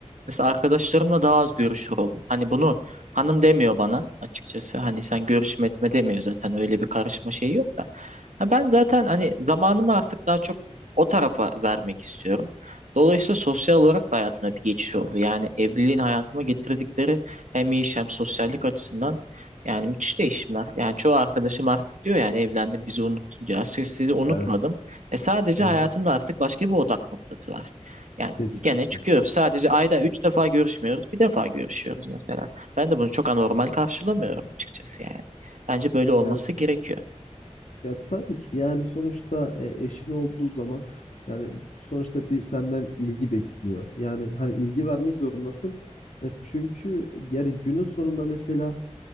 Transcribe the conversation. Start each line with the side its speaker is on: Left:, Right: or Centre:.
Right: Mesela arkadaşlarımla daha az görüşür oldum. Hani bunu hanım demiyor bana açıkçası. Hani sen görüşme etme demiyor zaten. Öyle bir karışma şeyi yok da. Ha ben zaten hani zamanımı artık daha çok o tarafa vermek istiyorum. Dolayısıyla sosyal olarak da hayatımda bir geçiş oldu. Yani evliliğin hayatıma getirdikleri hem iş hem sosyallik açısından yani müthiş değişimler. Yani çoğu arkadaşım artık diyor yani evlendim bizi unuttun diyor. Aslında sizi unutmadım.
Left: Evet.
Right: E sadece
Left: Hı
Right: hayatında
Left: hı,
Right: artık başka bir odak noktası var. Yani
Left: kesinlikle.
Right: gene çıkıyoruz. Sadece ayda üç defa görüşmüyoruz. Bir defa görüşüyoruz mesela. Ben de bunu çok anormal karşılamıyorum açıkçası yani. Bence böyle olması
Left: Ya
Right: gerekiyor.
Left: ya tabii ki yani sonuçta e, eşin olduğu zaman yani sonuçta bir senden ilgi bekliyor. Yani hani ilgi vermek zorundasın. Ya çünkü yani günün sonunda mesela